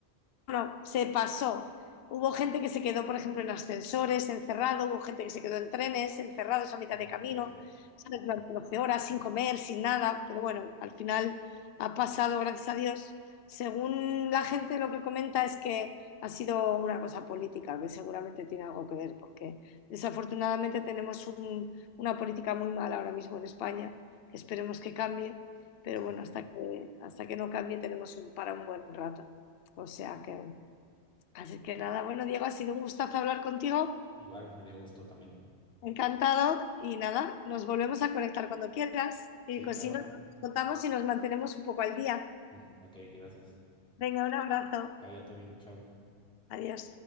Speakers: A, on the left; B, in the centre.
A: no, se pasó. Hubo gente que se quedó, por ejemplo, en ascensores, encerrado, hubo gente que se quedó en trenes, encerrados a mitad
B: Mm,
A: de camino,
B: Sí,
A: ¿sabes? Durante 12 horas, sin comer, sin nada, pero bueno, al final ha pasado, gracias a Dios. Según la gente lo que comenta es que ha sido una cosa política, que seguramente tiene algo que ver, porque desafortunadamente tenemos un- una política muy mala ahora mismo en España, que esperemos que cambie, pero
B: sí,
A: bueno, hasta que, hasta que no cambie tenemos un, para un buen rato. O
B: ok.
A: sea que, así que nada, bueno, Diego, ha sido un gustazo hablar contigo,
B: Igual me dio gusto también.
A: encantado. Y nada, nos volvemos a conectar cuando quieras. Y
B: Sí,
A: pues
B: claro.
A: si nos contamos y nos mantenemos un poco al día.
B: Mm, Ok, gracias.
A: Venga, un abrazo.
B: Que vaya todo bien, chao.
A: Adiós.